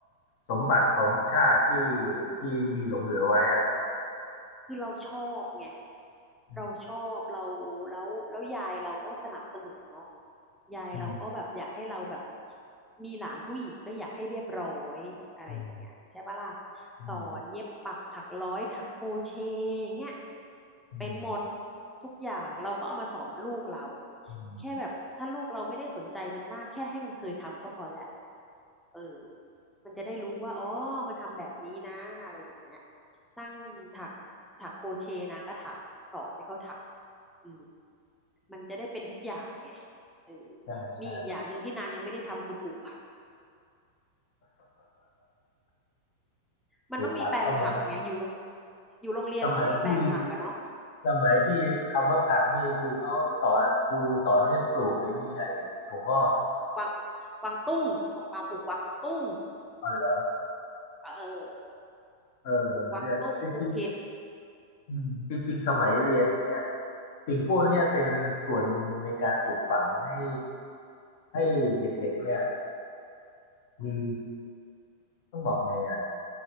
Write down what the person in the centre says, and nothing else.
คือเราชอบไง
เราชอบเราแล้วแล้วยายเราก็สนับสนุนเนาะยายเราก็แบบอยากให้เราแบบ
มีหลานผู้หญิงก็อยากให้เรียบร้อยอะไรอย่างเงี้ยใช่ปะล่ะ
สอนเย็บปักถักร้อยถักโครเชต์อย่างเงี้ย
เป็นหมดทุกอย่างเราก็เอามาสอนลูกเรา
แค่แบบถ้าลูกเราไม่ได้สนใจมันมากแค่ให้มันเคยทำก็พอแล้วเออมันจะได้รู้ว่าอ๋อมันทำแบบนี้นะอะไรอย่างเงี้ย นั่งถักถักโครเชต์นางก็ถักสอนให้เขาถักอืมมันจะได้เป็นทุกอย่างไงเออ
มีอีกอย่างหนึ่งที่นางยังไม่ได้ทำคือปลูกผักมันต้องมีแปลงผักไงอยู่โรง
อยู่โรงเรียนมันต้องมีแปลงผักอะเนาะ
กวางกวางตุ้งของปาปลูกกวางตุ้ง
เออ
ปลูกกวางตุ้งปลูกเห็ด